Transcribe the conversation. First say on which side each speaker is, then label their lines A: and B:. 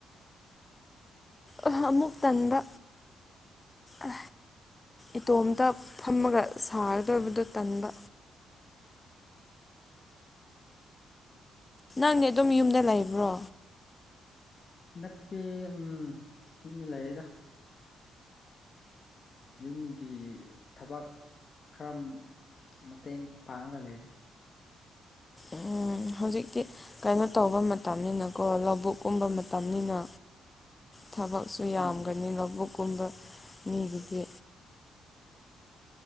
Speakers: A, on the left; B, on the left.
A: ꯑꯍꯥ ꯑꯃꯨꯛ ꯇꯟꯕ ꯑ ꯏꯇꯣꯝꯇ ꯐꯝꯃꯒ ꯁꯥꯒꯗꯕꯗꯣ ꯇꯟꯕ ꯅꯪꯅꯦ ꯑꯗꯨꯝ ꯌꯨꯝꯗ ꯂꯩꯕ꯭ꯔꯣ
B: ꯍꯟꯗꯛꯇꯤ ꯎꯝ ꯌꯨꯝꯗ ꯂꯩꯌꯦꯗ ꯌꯨꯝꯒꯤ ꯊꯕꯛ ꯈꯔ ꯃꯇꯦꯡ ꯄꯥꯡꯉꯒ ꯂꯩꯔꯦ
A: ꯎꯝ ꯍꯧꯖꯤꯛꯇꯤ ꯀꯩꯅꯣ ꯇꯧꯕ ꯃꯇꯝꯅꯤꯅꯀꯣ ꯂꯧꯕꯨꯛꯀꯨꯝꯕ ꯃꯇꯝꯅꯤꯅ
B: <inaudible>
A: ꯊꯕꯛꯁꯨ ꯌꯥꯝꯒꯅꯤ
B: ꯎꯝ
A: ꯂꯧꯕꯨꯛꯀꯨꯝꯕ ꯃꯤꯗꯨꯗꯤ